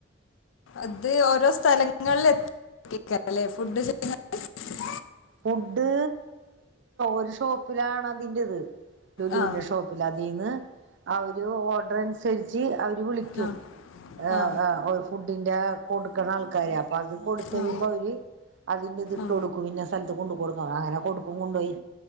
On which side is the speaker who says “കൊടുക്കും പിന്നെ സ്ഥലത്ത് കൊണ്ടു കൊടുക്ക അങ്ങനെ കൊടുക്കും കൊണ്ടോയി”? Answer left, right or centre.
Right